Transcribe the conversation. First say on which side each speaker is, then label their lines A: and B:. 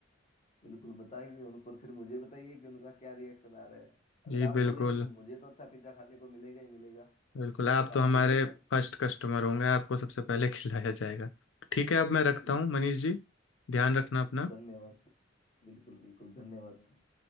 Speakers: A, on the left; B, on the left.
A: बिल्कुल बताइए उनको और फिर मुझे बताइए कि उनका क्या रिएक्शन आ रहा है अगर
B: जी
A: आप
B: बिल्कुल
A: खोलेंगे तो मुझे तो अच्छा पिज्जा खाने को मिलेगा ही मिलेगा तो
B: बिल्कुल आप तो
A: आप
B: हमारे
A: करिए सर
B: फर्स्ट कस्टमर होंगे आपको सबसे पहले <laughs> खिलाया जाएगा ठीक है अब मैं रखता
A: बिल्कुल
B: हूँ मनीष जी ध्यान रखना अपना
A: धन्यवाद बिल्कुल बिल्कुल धन्यवाद सर